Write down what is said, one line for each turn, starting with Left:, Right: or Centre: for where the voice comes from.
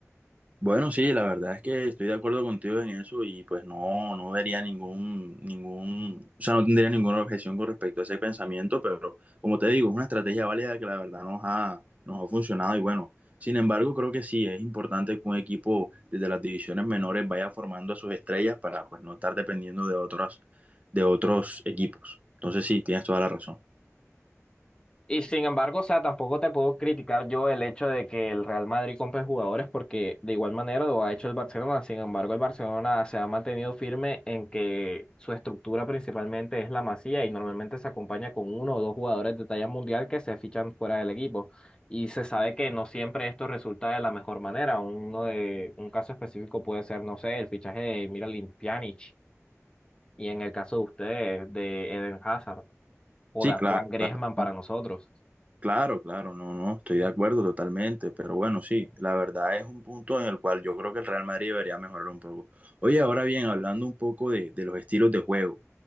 Right: Bueno, sí, la verdad es que estoy de acuerdo contigo en eso y pues no, no vería ningún, ningún, o sea, no tendría ninguna objeción con respecto a ese pensamiento, pero como te digo, es una estrategia válida que la verdad nos ha, nos ha funcionado y bueno, sin embargo, creo que sí, es importante que un equipo desde las divisiones menores vaya formando a sus estrellas para pues no estar dependiendo de otras, de otros equipos. Entonces sí, tienes toda la razón.
Left: Y sin embargo, o sea, tampoco te puedo criticar yo el hecho de que el Real Madrid compre jugadores porque de igual manera lo ha hecho el Barcelona. Sin embargo, el Barcelona se ha mantenido firme en que su estructura principalmente es la Masía y normalmente se acompaña con uno o dos jugadores de talla mundial que se fichan fuera del equipo. Y se sabe que no siempre esto resulta de la mejor manera. Uno de un caso específico puede ser, no sé, el fichaje de Miralem Pjanic y en el caso de ustedes de Eden Hazard o
Right: Sí,
Left: de actual
Right: claro.
Left: Griezmann
Right: claro.
Left: para nosotros.
Right: Claro, claro, no, no, estoy de acuerdo totalmente, pero bueno, sí, la verdad es un punto en el cual yo creo que el Real Madrid debería mejorar un poco. Oye, ahora bien, hablando un poco de, de los estilos de juego,